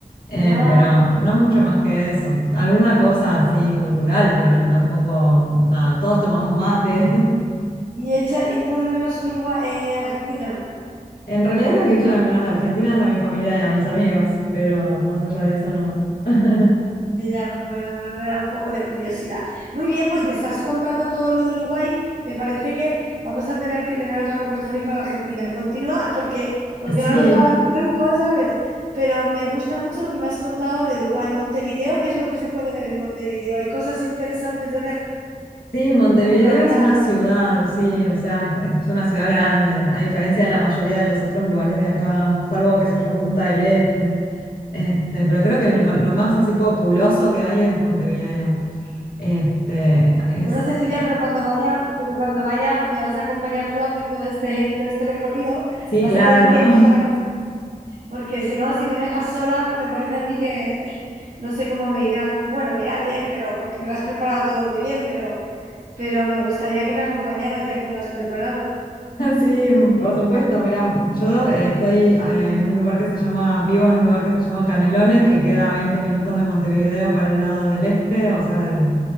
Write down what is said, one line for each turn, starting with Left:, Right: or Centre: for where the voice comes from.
Left: eh,
Right: Ah.
Left: pero no mucho más que eso. Alguna cosa así cultural, pero tampoco nada. Todos tomamos mate. <laughs>
Right: ¿Y echa- y echas de menos Uruguay, eh, Argentina?
Left: En realidad lo que echo de menos de Argentina es a mi familia y a mis amigos, pero más allá de eso no. <laughs>
Right: Ya, bueno, bueno, no era un poco de curiosidad. Muy bien, pues me estás contando todo lo de Uruguay. Me parece que vamos a tener que tener otra conversación para Argentina. Continúa porque, porque
Left: Sí.
Right: no nos va a dar tiempo, ¿sabes? Pero me gusta mucho lo que me has contado de Uruguay. Montevideo, ¿qué es lo que se puede ver en Montevideo? ¿Hay cosas interesantes de ver
Left: Sí, Montevideo
Right: como capital?
Left: es una ciudad, sí, o sea, es una ciudad grande, a diferencia de la mayoría de los otros lugares de acá, salvo, qué sé yo, Punta del Este. Este, pero creo que es lo, lo más así populoso que hay es Montevideo. Este, es,
Right: Bueno, Cecilia, pero cuando vaya, pero cuando vaya, me vas a acompañar tú a hacer todo este, todo este recorrido.
Left: sí,
Right: Vas
Left: claro.
Right: a tener tiempo
Left: <laughs>
Right: para Porque si no, si me dejas sola, me parece a mí que no sé cómo me irá. Bueno, me irá bien, pero porque me lo has preparado todo muy bien, pero, pero me gustaría que me acompañaras ya que me lo has preparado.
Left: Sí, por supuesto, mira, yo eh, estoy eh, en un lugar que se llama, vivo en un lugar que se llama Canelones, que queda a 20 minutos de Montevideo para el lado del este, o sea, del,